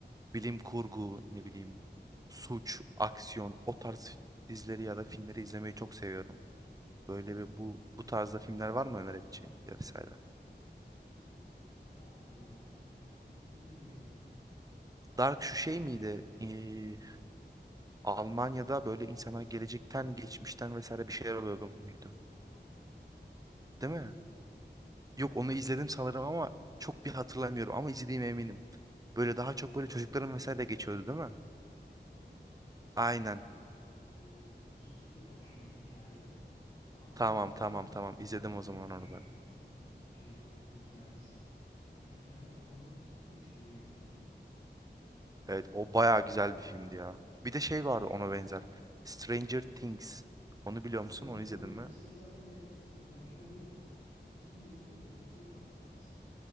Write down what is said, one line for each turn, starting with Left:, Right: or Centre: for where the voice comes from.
Right: bilim kurgu ne bileyim suç, aksiyon o tarz dizileri ya da filmleri izlemeyi çok seviyorum. Böyle
Left: Ya,
Right: bir bu bu tarzda filmler var mı önerebileceğin ya vesaire.
Left: aklıma gelen ilk dizi Dark oldu. Dark'ı izledim mi bilmiyorum.
Right: Dark şu şey miydi? Ee, Almanya'da böyle insanlar gelecekten, geçmişten vesaire bir şeyler oluyordu muydu?
Left: Aynen aynen. İzledin mi
Right: Değil
Left: duydun
Right: mi?
Left: mu?
Right: Yok onu izledim sanırım ama çok bir hatırlamıyorum ama izlediğime eminim. Böyle daha çok böyle çocukların vesaire geçiyordu değil mi?
Left: Evet ortaokuldaki
Right: Aynen.
Left: bir e, çocukla başlıyor hikaye. O kadar
Right: Tamam
Left: güzel
Right: tamam
Left: ve
Right: tamam
Left: o kadar
Right: izledim
Left: karmaşık
Right: o zaman onu ben.
Left: bir dizi şeyi var ki hikayesi. Ya hikayeyi anlamak için 3 kere izledim.
Right: Evet o bayağı güzel bir filmdi ya. Bir de şey vardı ona benzer. Stranger Things. Onu biliyor
Left: Ha,
Right: musun? Onu izledin
Left: aynen
Right: mi?
Left: ikisi de zaten Netflix'in orijinal yapımı. O yüzden birbirine benziyor az biraz.